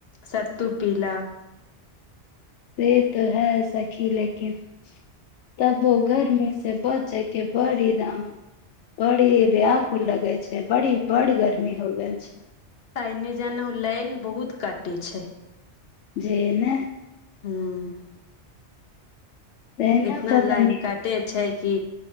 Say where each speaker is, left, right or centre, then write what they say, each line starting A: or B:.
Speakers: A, on the left (about 60°); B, on the left (about 80°).
A: सत्तू पीला
B: से तो है सखी लेकिन तबो गर्मी से बचे के बड़ी दाम बड़ी व्याकुल लगे छै बड़ी बड़ गर्मी हो गेल छै
A: ऐने जनू लाइन बहुत काटे छै
B: <inaudible> जेना
A: हूँ
B: तेहनो
A: इतना
B: तो
A: लाइन
B: तनी
A: काट कटे छै कि